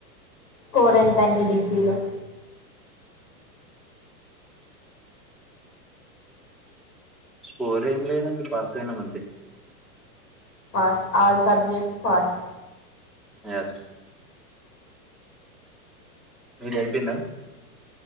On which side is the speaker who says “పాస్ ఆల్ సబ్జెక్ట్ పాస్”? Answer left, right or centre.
Left